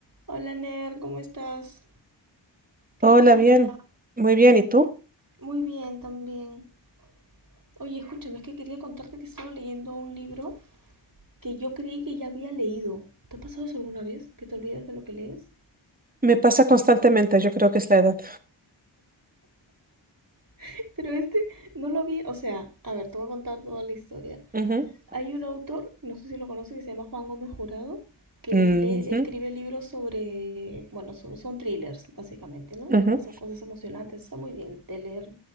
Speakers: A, on the right; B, on the right.
A: Hola Ner, ¿cómo estás? ¿Qué
B: Hola,
A: tal tu
B: bien,
A: día?
B: muy bien. ¿Y tú?
A: Muy bien también. Oye, escúchame, es que quería contarte que estaba leyendo un libro que yo creí que ya había leído. ¿Te ha pasado eso alguna vez? ¿Que te olvidas de lo que lees?
B: Me pasa constantemente, yo creo que es la edad.
A: <laughs> Pero este no lo vi, o sea, a ver, te voy a contar toda la historia.
B: Ujú,
A: Hay un autor, no sé si lo conoces, que se llama Juan Gómez Jurado, que
B: ujú,
A: les lee- escribe libros sobre, bueno, so- son thrillers, básicamente, ¿no?
B: ujú,
A: Pasan cosas emocionantes, está muy bien. De leer